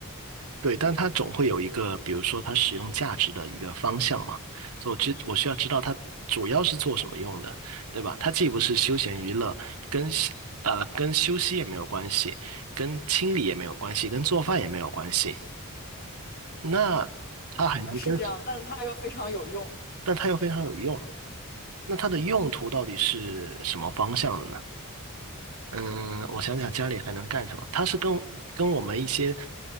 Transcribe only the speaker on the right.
对，但它总会有一个，比如说它使用价值的一个方向嘛，所以我知我需要知道它主要是做什么用的，对吧？它既不是休闲娱乐，跟休呃跟休息也没有关系，跟清理也没有关系，跟做饭也没有关系。那它还能跟，
但它又非常有用。那它的用途到底是什么方向的呢？嗯，我想想家里还能干什么？它是跟跟我们一些，